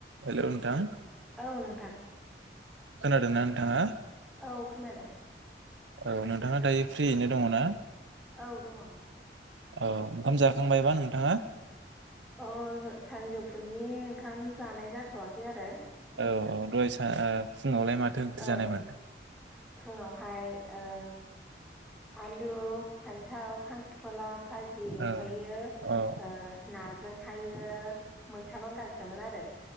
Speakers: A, on the right; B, in the centre.
A: हेल' नोंथां।
B: औ नोंथां
A: खोनादों ना नोंथाङा?
B: औ खोनादों।
A: औ नोंथाङा दायो फ्रियैनो दङ ना?
B: औ दङ।
A: औ ओंखाम जाखांबायबा नोंथाङा?
B: अ सा-सानजौफुनि ओंखाम जानाय जाथ'वाखै आरो।
A: औ औ दहाय सा फुङावलाय ओ माथो ओंख्रि
B: औ
A: जानायमोन
B: फुङावहाय ओ आलु फान्थाव खांख्रिखलाब फाजि ओमफायो
A: औ औ
B: ओ ना जोंहायो मैथा बांगालसोमोन आरो।